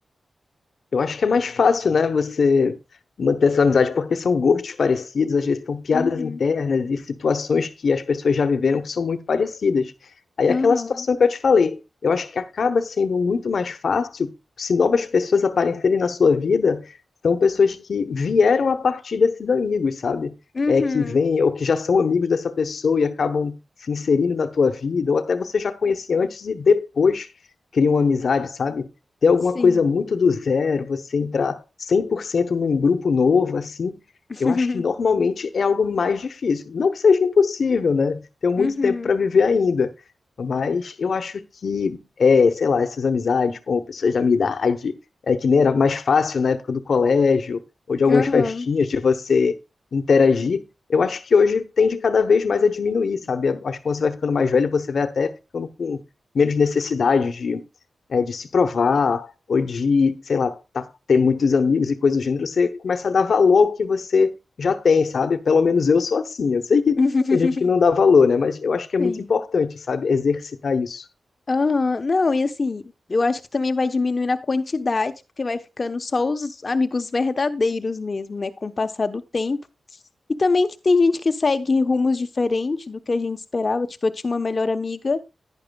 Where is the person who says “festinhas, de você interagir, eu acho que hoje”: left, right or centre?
Left